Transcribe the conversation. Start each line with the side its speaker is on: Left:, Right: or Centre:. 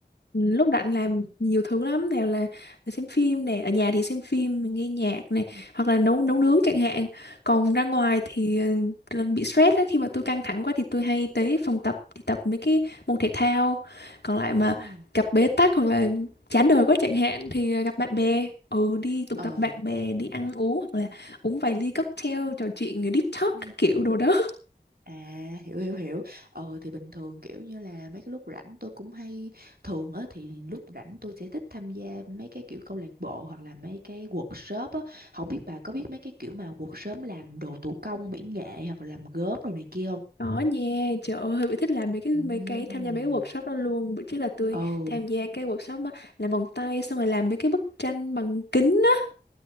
Left: Ừ, Lúc rảnh làm nhiều thứ lắm, nào là xem phim nè, ở nhà thì xem phim, nghe nhạc này,
Right: Ừ.
Left: hoặc là nấu nấu nướng chẳng hạn. Còn ra ngoài
Right: Ừ.
Left: thì ờ, lần bị stress á, khi mà tôi căng thẳng quá thì tôi hay tới phòng tập thì tập mấy cái môn thể thao. Còn lại mà
Right: Ừ.
Left: gặp bế tắc hoặc là chán đời quá chẳng hạn thì ờ, gặp bạn bè. Ừ, đi tụ
Right: Ờ.
Left: tập bạn bè, đi ăn uống hoặc là uống vài ly cocktail, trò chuyện ờ, deep talk
Right: Ừ.
Left: các kiểu đồ đó.
Right: À hiểu hiểu hiểu. Ờ thì bình thường kiểu như là mấy cái lúc rảnh tôi cũng hay thường á thì lúc rảnh tôi sẽ thích tham gia mấy cái kiểu câu lạc bộ hoặc là mấy cái workshop á. Không biết bà có biết mấy cái kiểu mà workshop làm đồ thủ công mỹ nghệ hoặc là làm gốm đồ này kia không?
Left: Có nha, trời ơi, Huy bị thích làm mấy cái mấy
Right: Ừm.
Left: cái tham gia mấy cái workshop đó luôn. Bữa trước là tôi
Right: Ừ.
Left: tham gia cái workshop á, làm vòng tay xong rồi làm mấy cái bức tranh bằng kính á.